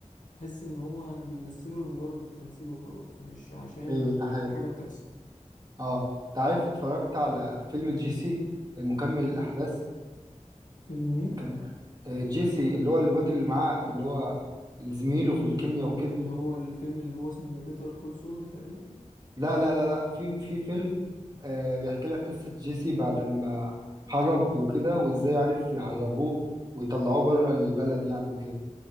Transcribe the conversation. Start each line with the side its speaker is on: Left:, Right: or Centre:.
Left: تحس إن هو بيمثله لمجرد التمثيل وخلاص مش عشان
Right: ايوه ده حقيقي
Left: حاجة بتحصل
Right: اه انت عارف اتفرجت على فيلم جيسي المكمل الاحداث
Left: فيلم مين
Right: كان آه، جيسي اللي هو الواد اللي معاه اللي هو اللي زميله في الكيمياء وكده
Left: اللي هو الفيلم اللي هو اسمه بيتر كول سول ده تقريبا
Right: لا لا لا لا في في فيلم آه بيحكي لك قصة جيسي بعد ما هرب وكده وازاي عرف يهربوه ويطلعوه بره البلد يعني وكده